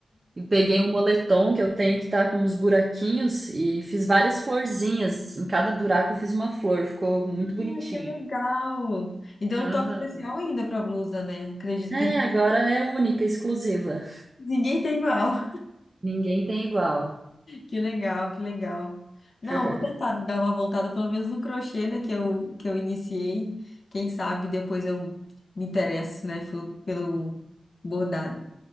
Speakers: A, on the right; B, on the left.
A: E peguei um moletom que eu tenho que tá com uns buraquinhos e fiz várias florzinhas. Em cada buraco eu fiz uma flor, ficou muito
B: Ah,
A: bonitinho.
B: que legal! E deu
A: Aham.
B: um toque especial ainda para a blusa, né? Acredito
A: É,
B: que tem.
A: agora é única, exclusiva.
B: Ninguém tem igual.
A: Ninguém tem igual.
B: Que legal, que legal. Não,
A: <laughs>
B: vou tentar dar uma voltada pelo menos no crochê, né, que eu, que eu iniciei. Quem sabe depois eu me interesso, né, pelo, pelo bordado.